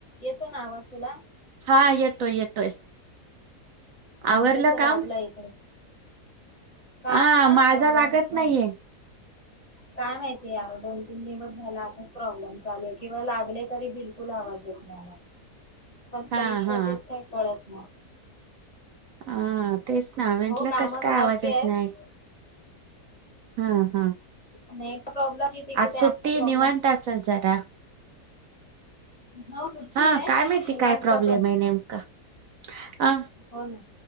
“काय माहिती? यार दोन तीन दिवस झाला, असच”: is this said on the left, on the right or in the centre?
Left